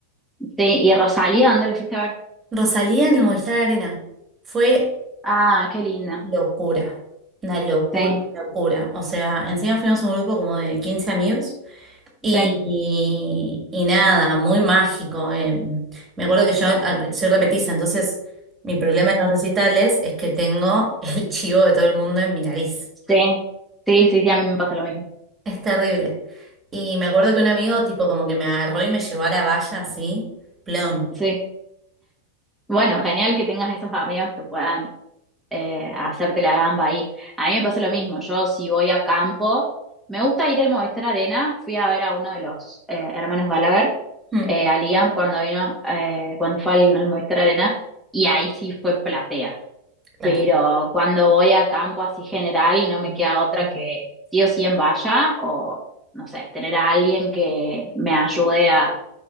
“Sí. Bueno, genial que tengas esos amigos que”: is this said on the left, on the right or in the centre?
Centre